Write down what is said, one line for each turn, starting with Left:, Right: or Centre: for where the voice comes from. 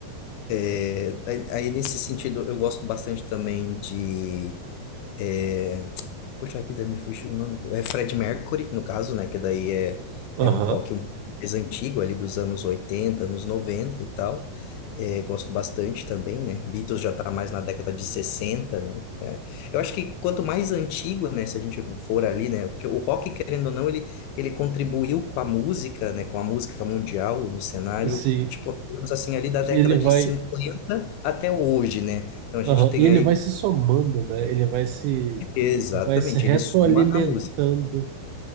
Left: eh, aí aí nesse sentido, eu gosto bastante também de. é, Poxa vida, me fugiu o nome. É Fred Mercury, no caso, né? Que daí é,
Right: aham,
Left: é um rock um- mais antigo, ali dos anos 80, anos 90 e tal. É, gosto bastante também, né? Beatles já tá mais na década de 60, né? É. Eu acho que quanto mais antigo, né? Se a gente for ali, né? Porque o rock, querendo ou não, ele, ele contribuiu com a música, né? Com a música mundial no cenário.
Right: sim.
Left: Tipo, digamos assim, ali da década
Right: E ele vai,
Left: de 50 até hoje, né? Então a
Right: aham,
Left: gente tem
Right: e ele
Left: aí,
Right: vai se somando, né? Ele vai se,
Left: exatamente,
Right: vai se retroalimentando
Left: ele soma a música.